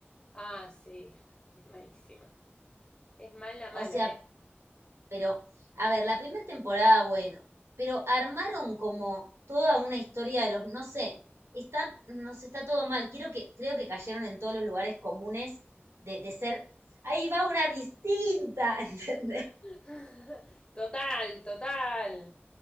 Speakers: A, on the left; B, on the right.
A: Ah, sí. Es malísima. Es mala, mala,
B: O sea,
A: ¿eh?
B: Pero, a ver, la primera temporada, bueno, pero armaron como toda una historia de los, no sé, está, no sé, está todo mal. Quiero que, creo que cayeron en todos los lugares comunes de, de ser, ahí va una distinta, <laughs> ¿entendés?
A: <laughs> Total, total.